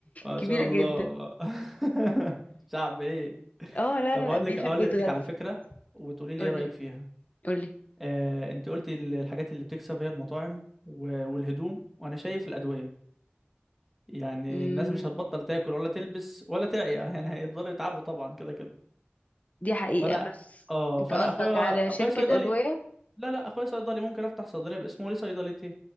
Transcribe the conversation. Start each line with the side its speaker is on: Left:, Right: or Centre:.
Centre: ما
Left: كبيره
Centre: شاء الله
Left: جدا
Centre: <laughs> شعب ايه
Left: اه لا
Centre: طب
Left: لا لا
Centre: هقول
Left: بيحب
Centre: لك اقول
Left: يتغذى
Centre: لك على فكره وتقولي لي
Left: قولي
Centre: ايه رايك فيها
Left: قولي
Centre: آه، انت قلتي ال- الحاجات اللي بتكسب هي المطاعم و- والهدوم وانا شايف الادويه يعني
Left: مم.
Centre: الناس مش هتبطل تاكل ولا تلبس ولا تعيا <laughs> يعني هيفضلوا يتعبوا طبعا كده كده
Left: دي حقيقة
Centre: فانا
Left: بس
Centre: اه
Left: انت
Centre: فانا
Left: قصدك
Centre: اخويا
Left: على شركة
Centre: اخويا صيدلي
Left: أدوية
Centre: لا لا اخويا صيدلي ممكن افتح صيدليه باسمه وليه صيدليتين